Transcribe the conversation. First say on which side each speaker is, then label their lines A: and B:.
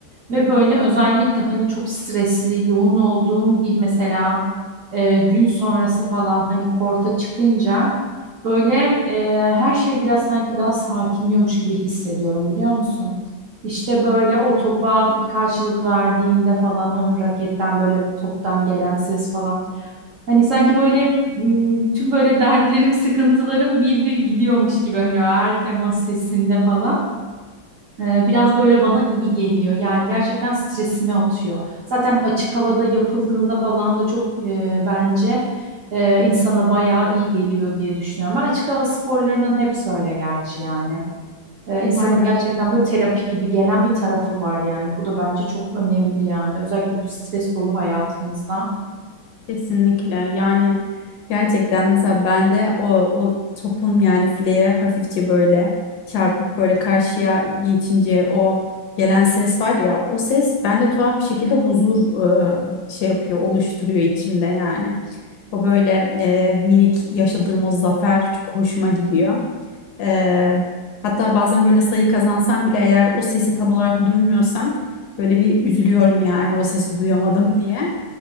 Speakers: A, on the right; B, on the left.
A: Ve böyle özellikle hani çok stresli, yoğun olduğum bir mesela eee, gün sonrası falan hani korta çıkınca böyle eee, her şey biraz sanki daha sakinliyormuş gibi hissediyorum biliyor musun? İşte böyle o topa karşılık verdiğimde falan onun raketten böyle toptan gelen ses falan. Hani sanki böyle m, tüm böyle dertlerim, sıkıntılarım bir bir gidiyormuş gibi hani o her temas sesinde falan. Ee, biraz böyle bana iyi geliyor. Yani gerçekten stresimi atıyor. Zaten açık havada yapıldığında falan da çok e, bence e, insana bayağı iyi geliyor diye düşünüyorum. Ben açık hava sporlarının hepsi öyle gerçi yani e, insana
B: Aynen.
A: gerçekten böyle terapi gibi gelen bir tarafı var yani. Bu da bence çok önemli yani. Özellikle bu stres dolu hayatımızda.
B: Kesinlikle yani gerçekten mesela bende o, o topun yani fileye hafifçe böyle çarpıp böyle karşıya geçince o gelen ses var ya o ses bende tuhaf bir şekilde huzur e, şey yapıyor oluşturuyor içimde yani. O böyle e, minik yaşadığım o zafer çok hoşuma gidiyor. E, hatta bazen böyle sayı kazansam bile eğer o sesi tam olarak duymuyorsam böyle bir üzülüyorum yani o sesi duyamadım <laughs> diye.